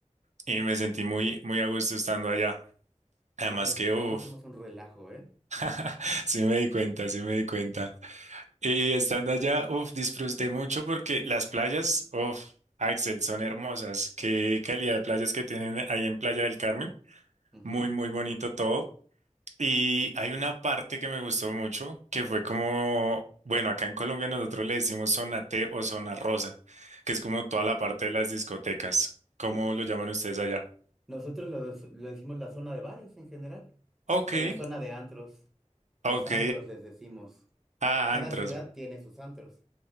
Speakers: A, on the right (about 70°); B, in the centre.
A: y me sentí muy, muy a gusto estando allá. Además
B: Los mexicanos
A: que, uff,
B: somos un relajo, ¿eh?
A: <laughs> sí me di cuenta, sí me di cuenta. Y estando allá, uff, disfruté mucho porque las playas, uff, Axel, son hermosas. Qué calidad de playas que tienen ahí en Playa del Carmen.
B: Ujú,
A: Muy, muy bonito todo. Y hay una parte que me gustó mucho, que fue como, bueno, acá en Colombia nosotros le decimos zona T o zona rosa, que es como toda la parte de las discotecas. ¿Cómo
B: Sí.
A: lo llaman ustedes allá?
B: Nosotros lo, des- lo decimos la zona de bares en general.
A: Ok,
B: O sea, la zona de antros. Los
A: ok.
B: antros les decimos.
A: Ah,
B: Cada
A: antros.
B: ciudad tiene sus antros.